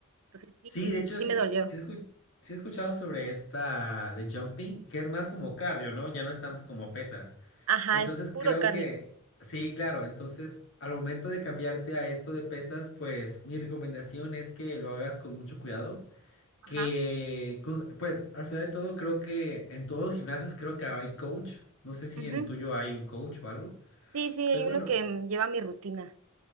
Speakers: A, on the right; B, on the left.
A: Entonces sí,
B: Sí,
A: me-
B: de hecho,
A: sí
B: sí,
A: me dolió.
B: sí he escu- sí he escuchado sobre esta de jumping, que es más como cardio, ¿no? Ya no es tanto como pesas.
A: Ajá,
B: Entonces
A: es puro
B: creo
A: cardio.
B: que, sí, claro, entonces al momento de cambiarte a esto de pesas, pues mi recomendación es que lo hagas con mucho cuidado,
A: Ajá.
B: que con- pues al final de todo creo que en todos los gimnasios creo que hay coach, no sé si
A: ujú.
B: en el tuyo hay un coach o algo,
A: Sí, sí, hay
B: pues bueno,
A: uno que mm, lleva mi rutina.